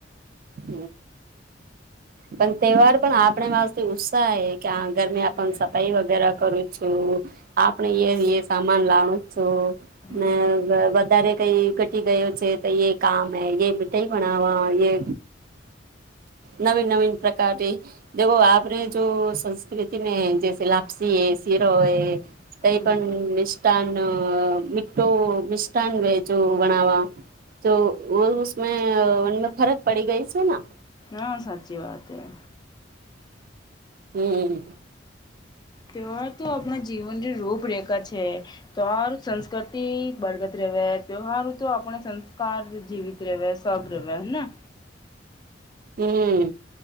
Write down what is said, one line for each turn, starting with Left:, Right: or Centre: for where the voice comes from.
Right: હ પણ તહેવાર પણ આપણે માસ્થી ઉત્સાહે ક્યાં ઘર આપન
Left: હમ.
Right: સફાઈ વગેરે કરું છું. આપણે એ સામાન લાણું
Left: હમ
Right: ને વધારે કઈ ઘટી ગયો છે. તો એ કામ એ મીઠાઈ ભણવા એ. નવીન નવીન પ્રકારની દો આપને જો સંસ્કૃતિ મે જૈ લાપસી હૈ શીરો હોય કઈ
Left: હમ
Right: પણ મિષ્ટાન અ મીઠું મિષ્ટાન વેજૂ બનાવા તો વો ઉસમેં ઉનમેં ફરક પડી ગઈ છે ના
Left: હા સાચી વાત હૈ.
Right: હમ.
Left: તેહવાર તો આપણા જીવનની રૂપરેેખા છે. તેવર સંસ્કૃતિ બરગત રહે. તેવહરુ તો આપણે સંસ કાર જીવિત રેવ. સબ રેવે હેના.
Right: હમ્મ.